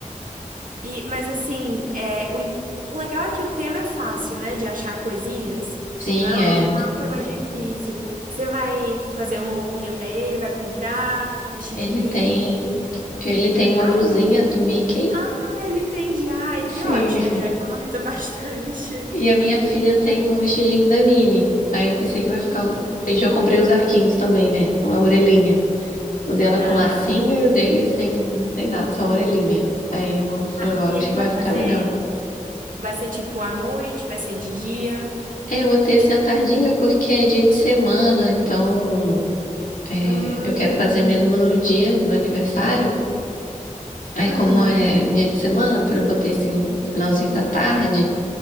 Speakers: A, on the right (about 80°); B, on the left (about 80°).
A: E, mas assim, é, o, im- o legal é que o tema é fácil, né? De achar coisinhas.
B: sim,
A: Não é, um-
B: é.
A: não é um tema difícil. Você vai fazer uma roupinha pra ele, vai comprar, vestir
B: Ele
A: de Mickey.
B: tem, ele tem uma
A: Ah,
B: blusinha
A: ele,
B: do Mickey.
A: ah, ele tem já. Ai,
B: Sim.
A: que ótimo, já economiza bastante.
B: E a minha
A: <laughs>
B: filha tem um vestidinho da Minnie. Aí eu pensei que vai
A: Hum,
B: ficar. um, E já comprei os arquinhos também, né? Com a orelhinha. O dela
A: ah,
B: com lacinho e o dele sem, sem nada, só a orelhinha. Aí eu
A: ah,
B: falei, ó,
A: e
B: acho
A: ele
B: que vai
A: vai
B: ficar
A: fazer.
B: legal.
A: Vai ser tipo à noite, vai ser de dia.
B: É, eu botei assim à tardinha porque é dia de semana, então é,
A: Hum,
B: eu quero fazer mesmo no dia do aniversário. Aí,
A: uhum.
B: como é dia de semana, eu falei, botei assim, finalzinho da tarde,